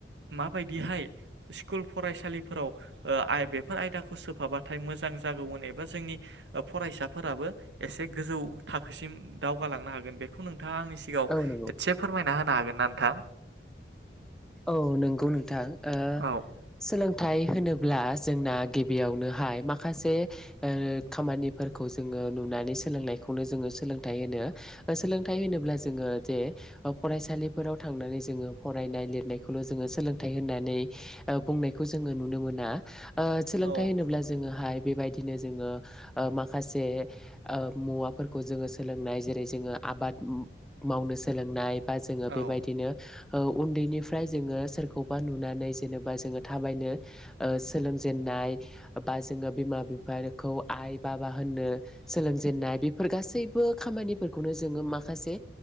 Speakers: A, on the right (about 80°); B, in the centre.
A: माबायदिहाय स्कुल फरायसालिफोराव ओ आय बेफोर आयदाखौ सोफाबाथाय मोजां जागौमोन एबा जोंनि ओ फरायसाफोराबो एसे गोजौ थाखोसिम दावगालांनो हागोन बेखौ नों थाङा आंनि सिगाङाव
B: औ नंगौ
A: एसे फोरमायना होनो हागोन ना नोंथां?
B: औ नंगौ नोंथां ओ
A: औ
B: सोलों थाय होनोब्ला जोंना गिबियावनोहाय माखासे ओ खामानिफोरखौ जोङो ओ नुनानै सोलोंनायखौनो जोङो सोलोंथाइ होनो ओ सोलोंथाइ होनोब्ला जोङो जे ओ फराय सालिफोराव थांनानै जोङो फरायनाय लिर नायखौल' जोङो सोलोंथाइ होननानै ओ बुंनायखौ जोङो नुनो मोना ओ सोलोंथाइ
A: औ
B: होनोब्ला जोङोहाय बेबायदिनो जोङो ओ माखासे ओ मुवाफोरखौ जोङो सोलोंनाय जेरै जोङो आबाद मावनो सोलोंनाय बा जोङो
A: औ
B: बेबायदिनो उन्दैनि फ्राय जोङो सोरखौबा नुनानै जेनबा जोङो थाबायनो ओ सोलोंजेन्नाय बा जोङो बिमा बिफाखौ आइ बाबा होन्नो सोलोंजेननाय बेफोर गासैबो खामानि फोरखौनो जोङो माखासे